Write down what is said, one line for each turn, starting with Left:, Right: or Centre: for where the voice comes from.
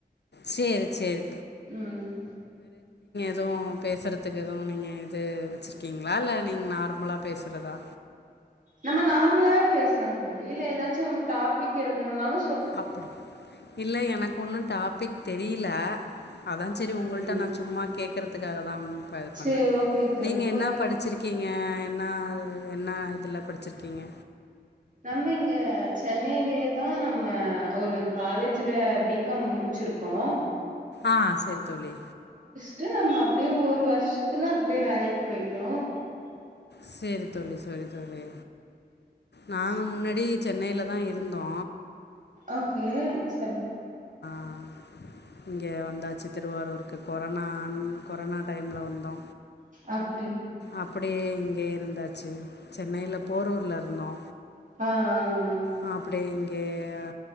Left: செரி செரி
Right: ம்
Left: எதுவு பேசுறதுக்கு எதுவு நீங்க இது வச்சிருக்கீங்களா இல்ல நீங்க நார்மலா பேசறதா
Right: நம்ம நார்மலாவே பேசலா தோழி இல்ல ஏதாச்சு டாபிக் எடுக்கனுனாலு
Left: அப்டி இல்ல எனக்கு ஒண்ணு டாபிக் தெரியல அதா செரி உங்கள்ட்ட
Right: அப்டிங்களா
Left: நா சும்மா கேக் கறதுக்காக தா அப்ப இது
Right: சேரி
Left: பண்ண
Right: ஓகே தோழி
Left: நீங்க
Right: இப்போ
Left: என்ன படிச்சிருக்கீங்க என்ன என்ன இதல படிச்சிருக்கீங்க
Right: நம்ம இங்க சென்னையிலயேதா நம்ம ஒரு காலேஜ்ல பி காம் முடிச்சிருக்கோ
Left: ஆ செரி தோழி
Right: ட்டு நம்ம அப்டியே ஒரு வருஷத்துல அப்டியே வேலக்கு பேய்ட்டோ
Left: செரி தோழி செரி தோழி நாங்க முன்னாடி சென்னைல தா இருந்தோ
Right: ஓகே செரி
Left: ஆ இங்க வந்தாச்சு திருவாரூர்க் கொரோனான் கொரானா டைல்ல வந்தோ
Right: அப்
Left: அப்டியே இங்கே இருந் தாச்சு சென்னையில போரூர்ல இருந்தோ
Right: ஆ ஆ ஆ
Left: ஆ அப்டியே இங்கே அ